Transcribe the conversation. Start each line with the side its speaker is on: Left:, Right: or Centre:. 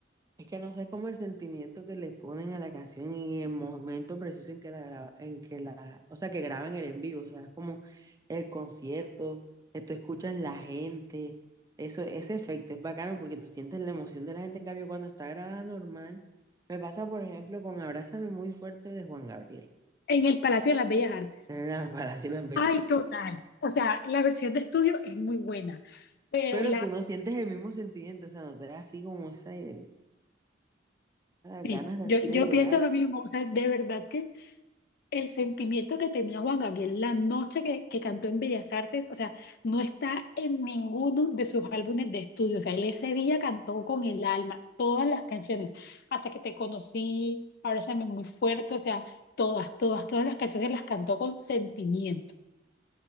Right: Es que no sé cómo el sentimiento que le ponen a la canción en el momento preciso en que la graba- en que la, o sea, que graban el en vivo, o sea, es como el concierto, eh, tú escuchas la gente, eso, ese efecto es bacano porque tú sientes la emoción de la gente, en cambio, cuando está grabada normal, me pasa, por ejemplo, con Abrázame muy fuerte de Juan Gabriel.
Left: En el Palacio de las Bellas Artes.
Right: <laughs> Para si lo
Left: Ay, total. O sea, la versión de estudio es muy buena, pero
Right: Pero
Left: la,
Right: tú no sientes el mismo sentimiento, o sea, no te da así como esa, esas
Left: sí,
Right: ganas de
Left: yo,
Right: así
Left: yo
Right: de llorar.
Left: pienso lo mismo. O sea, de verdad que el sentimiento que tenía Juan Gabriel la noche que, que cantó en Bellas Artes, o sea, no está en ninguno de sus álbumes de estudio. O sea, él ese día cantó con el alma todas las canciones, hasta que te conocí, ahora también muy fuerte, o sea, todas, todas, todas las canciones las cantó con sentimiento.